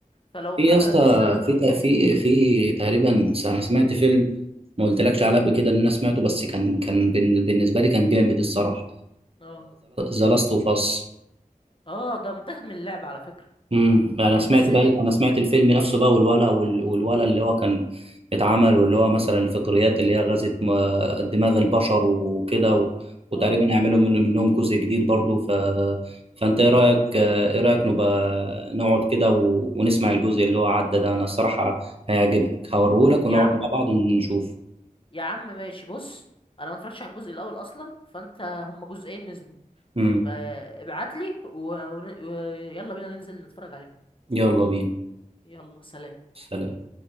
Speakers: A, on the left; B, on the right.
A: فلو
B: في
A: حاجه
B: يا اسطى
A: لسه نازله
B: في في في تقريبا انا سمعت فيلم ما قلتلكش عليه قبل كده ان انا سمعته بس كان كان بن- بالنسبه لي كان جامد الصراحه
A: اه
B: ذا لاست اوف اس
A: اه ده متاخد من اللعبه على فكره
B: امم انا سمعت
A: بس
B: بقى انا سمعت الفيلم نفسه بقى والولا وال- والولا اللي هو كان اتعمل واللي هو مثلا الفطريات اللي هي غزت م- دماغ البشر وكده و... وتقريبا
A: اه
B: يعملوا من... منهم جزء جديد برضو ف... فانت ايه رايك ايه رايك نبقى نقعد كده و... ونسمع الجزء اللي هو عدى ده انا الصراحه هيعجبك هوريهولك ونقعد
A: يا عم
B: مع بعض ونشوف
A: يا عم ماشي بص انا ما اتفرجتش على الجزء الاول اصلا فانت هما جزئين نزلوا
B: امم
A: ما ابعت لي ويلا بينا ننزل نتفرج عليهم
B: يلا بينا
A: يلا سلام
B: سلام